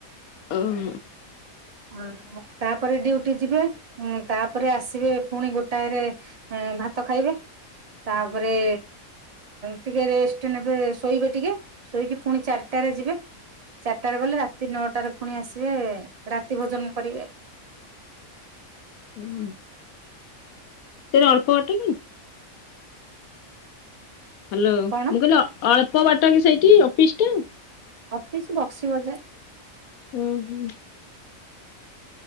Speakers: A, on the left; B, on the right.
A: ଓ <inaudible>
B: ହ ତାପରେ ଡ୍ୟୁଟି ଯିବେ ତାପରେ ଆସିବେ ପୁଣି ଗୋଟାଏରେ ଅଁ ଭାତ ଖାଇବେ ତାପରେ ଟିକେ ରେଷ୍ଟ ନେବେ ଶୋଇବେ ଟିକେ ଶୋଇକି ପୁଣି ଚାରିଟାରେ ଯିବେ ଚାରିଟାରେ ଗଲେ ରାତି ନଅଟାରେ ଫୁଣି ଆସିବେ ରାତି ଭୋଜନ କରିବେ।
A: ଓହୋ ସେରା ଅଳ୍ପ ବାଟକି? ହାଲୋ
B: କଣ
A: ମୁଁ କହିଲି ଅ ଅଳ୍ପ ବାଟକି ସେଇଠି ଅଫିସଟା?
B: ଅଫିସ୍ ବକ୍ସି ବଜାର।
A: ହୁଁ ହୁଁ।